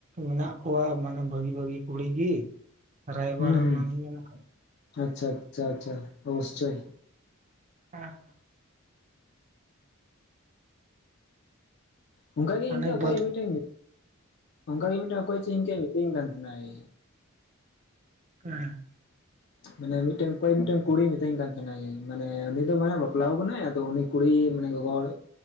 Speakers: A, on the right; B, on the left.
A: ᱢᱮᱱᱟᱜ ᱠᱚᱣᱟ ᱢᱟᱱᱮ ᱵᱷᱟᱹᱜᱤ ᱵᱷᱟᱹᱜᱤ ᱠᱩᱲᱤ ᱜᱤ ᱨᱟᱭᱵᱟᱲ
B: ᱦᱩᱸ
A: ᱟᱢᱟᱞᱤᱧ
B: ᱦᱩᱸ
A: ᱢᱮᱱᱟᱠᱟᱜ
B: ᱟᱪᱪᱷᱟ ᱟᱪᱪᱷᱟ ᱟᱪᱪᱷᱟ ᱚᱵᱩᱥᱪᱚᱭ
A: ᱦᱮᱸ
B: ᱚᱱᱠᱟ ᱜᱤ
A: ᱦᱟᱱᱮ
B: ᱤᱱᱠᱟᱹ ᱚᱠᱚᱭ
A: ᱵᱟᱹᱫ
B: ᱢᱤᱫᱴᱮᱱ ᱚᱱᱠᱟ ᱜᱮ ᱢᱤᱫᱴᱮᱱ ᱚᱠᱚᱭ ᱪᱮ ᱤᱱᱠᱟᱹ ᱛᱤᱧ <unintelligible> ᱠᱟᱛᱷᱮᱱᱟᱭᱮ
A: <unintelligible>
B: ᱢᱟᱱᱮ ᱢᱤᱫᱴᱮᱱ ᱚᱠᱚᱭ ᱢᱤᱫᱴᱮᱱ ᱠᱩᱲᱤ ᱢᱤᱛᱟᱹᱧ ᱠᱟᱱ ᱛᱟᱦᱮᱱᱟᱭ ᱢᱟᱱᱮ ᱩᱱᱤ ᱫᱚ ᱢᱟᱱᱮ ᱵᱟᱯᱞᱟᱣ ᱠᱟᱱᱟᱭ ᱟᱫᱚ ᱩᱱᱤ ᱠᱩᱲᱤ ᱢᱟᱱᱮ ᱜᱚᱜᱚ ᱦᱚᱲ